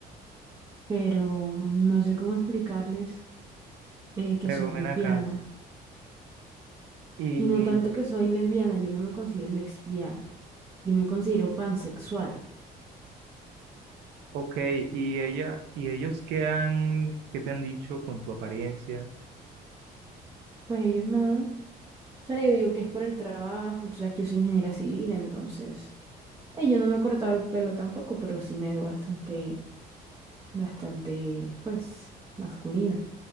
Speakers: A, on the right (about 20°); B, on the right (about 80°).
A: pero no sé cómo explicarles eh, que
B: Pero
A: soy
B: ven
A: lesbiana.
B: acá. Y,
A: Y no tanto que soy lesbiana, yo no me considero lesbiana, yo me considero pansexual.
B: ok, ¿y ella, y ellos qué han, qué te han dicho con tu apariencia?
A: Pues ellos no, o sea, yo digo que es por el trabajo, tú sabes que yo soy ingeniera civil, entonces eh, yo no me he cortado el pelo tampoco, pero sí me veo bastante bastante, pues, masculina.